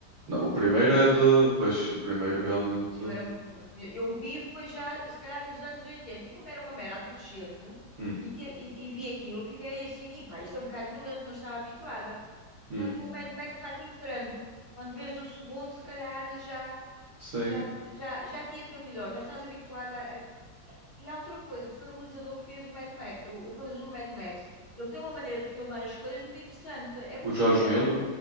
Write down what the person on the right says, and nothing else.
Não, o
primeiro é de. Pois, o primeiro realmente.
Hum,
hum.
Sim.
O George
Miller.